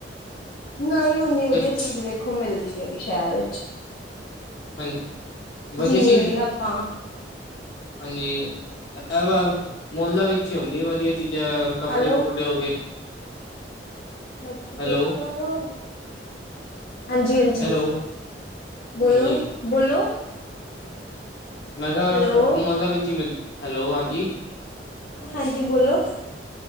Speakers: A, on the left (about 55°); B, on the left (about 85°).
A: ਨਹੀਂ ਨੀ ਵਧੀਆ
B: ਫਿਰ
A: ਚੀਜ਼ ਦੇਖੋ ਮਿਲਦੀ ਹੈਗੀ ਸ਼ਹਿਰ ਵਿੱਚ।
B: ਹਾਂਜੀ
A: ਜਿੰਨੀ
B: ਚੀਜ਼
A: ਵਧੀਆ
B: ਹੈ
A: ਆਪਾਂ,
B: ਹਾਂਜੀ ਵ ਮੁੋਲਾ ਵਿੱਚ ਹੀ ਹੁੰਦੀ ਹੈ ਵਧੀਆ ਚੀਜ਼ਾਂ ਕੱਪੜੇ-
A: ਹੈਲੋ
B: ਕੁਪੜੇ ਹੋ ਗਏ।
A: ਮੈਂ ਦੋਤ
B: ਹੈਲੋ
A: ਹੋ <unintelligible> ਹਾਂਜੀ- ਹਾਂਜੀ,
B: ਹੈਲੋ
A: ਬੋਲੋ-
B: ਹਾਂਜੀ
A: ਬੋਲੋ
B: ਮੈਂ ਕਿਹਾ
A: ਹੈਲੋ
B: ਮੁਲਾ ਵਿੱਚ ਹੀ ਮਿਲ, ਹੈਲੋ ਹਾਂਜੀ।
A: ਹਾਂਜੀ ਬੋਲੋ